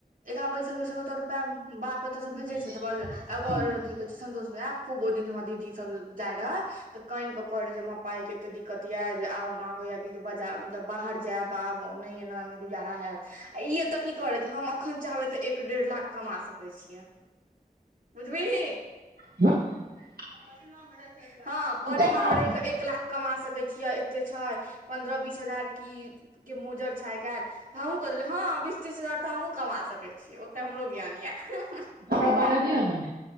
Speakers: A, on the right; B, on the right.
A: एकरा बैसल बैसल ओतऽ रुपआ बाप ओतयसँ भेजै छै
B: हमहूँ
A: तऽ बजल ओकर अथी कहै छै संतोष भइया खूब ओहि दिन हमर दीदी सब जाय रहेै त काइन क कहे रहै हमरा पाइ के त दि दिक्कत य जे आब हमरा होय दीदी बजा मतलब बाहर जायब आब मोन नइ गाम म गुजारा हैत आ ई एतय की करैत हम अप अखन चाहबै तऽ एक डेढ़ लाख कमा सकै छियै बुझलीही
B: <unintelligible>
A: पटनो मे रहिक एक लाख हँ पटना
B: कमाउ
A: मे रहि के एक लाख कमा सकै कया एते छ पन्द्रह बिस हजार कि के मोजर छै आई काल कहे देल्हु हा बीस तीस हजार तऽ हमहुँ कमा सकै छीयै ओतऽ हमरो ज्ञान यऽ
B: हमरा बारा दिअ न